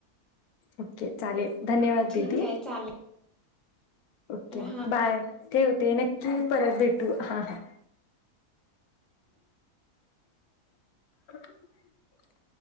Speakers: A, on the left; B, in the centre.
A: ओके चालेल धन्यवाद
B: ठीक
A: दीदी.
B: आहे चालेल
A: ओके
B: हा
A: बाय. ते होते नक्की परत भेटू हा हा. <inaudible> <inaudible>